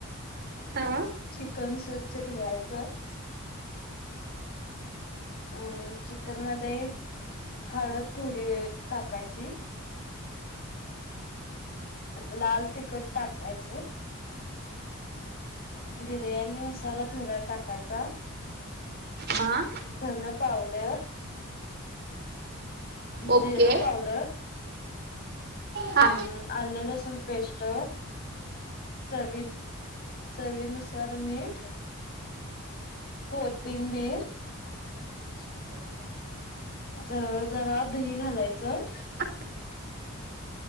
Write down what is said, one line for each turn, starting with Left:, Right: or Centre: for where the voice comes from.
Right: हा
Left: चिकन स्वच्छ धुवायचं अं चिकनमध्ये हळद थोडी टाकायची. लाल तिखट टाकायचं बिर्याणी मसाला थोडा टाकायचा.
Right: हा
Left: धन पावड्यावर
Right: ओके
Left: जिरं पावडर
Right: हा
Left: अं आलं लसूण पेस्ट चवी चवीनुसार मीठ. कोथिंबीर ज जरा दही घालायचं.
Right: <inaudible>